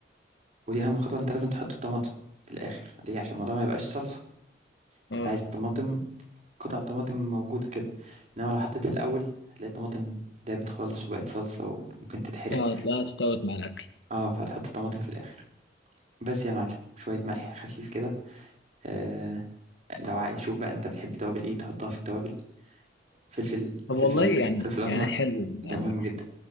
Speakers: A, on the right; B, on the left.
A: ودي أهم خطوة أنت لازم تحط الطماطم في الآخر ليه عشان الموضوع ما يبقاش صلصة
B: اه
A: أنت عايز الطماطم قطع طماطم موجودة كده إنما لو حطيت في الأول هتلاقي الطماطم دابت خالص وبقت صلصة وممكن تتحرق
B: اه تلاقيها استوت مع الاكل
A: اه فهتحط الطماطم في الآخر بس يا معلم شوية ملح خفيف كده آه لو عايز شوف بقى أنت بتحب توابل إيه تحطها في التوابل فلفل
B: طب
A: فلفل
B: والله يعني
A: فلفل
B: يعني
A: أسمر
B: حلو
A: ده
B: يعني
A: مهم جدا